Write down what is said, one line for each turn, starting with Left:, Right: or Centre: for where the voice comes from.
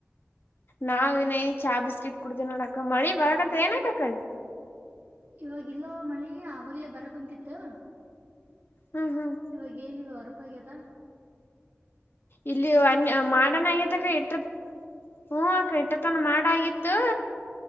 Left: ನಾವ್ ಇನ್ನಾಈಗ ಚಾ ಬಿಸ್ಕಿಟ್ ಕುಡ್ದೀವಿ ನೋಡಕ್ಕ. ಮಳಿ ಬರಕತ್ ಏನಕ್ಕ ಕಳಿ
Right: ಇವಾಗಿಲ್ಲ ಮಳಿ ಅವಾಗ್ಲೇ ಬರ ಕುಂತಿತ್ತು.
Left: ಹ್ಮ್ ಹ್ಮ್
Right: ಇವಾಗ ಏನಿಲ್ಲ ಹೊರಪಾಗ್ಯಾದ.
Left: ಇಲ್ಲಿ ಅನ್ ಮಾಡನ್ ಆಗದಕ. ಇಟ್ಟ ಹಕ ಇ <unintelligible> ಇಟ್ಟತನ ಮಾಡಾಗಿತ್ತು.